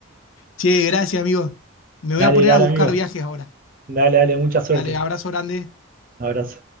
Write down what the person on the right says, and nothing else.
Dale,
dale,
amigo.
Dale, dale, mucha suerte.
Un abrazo.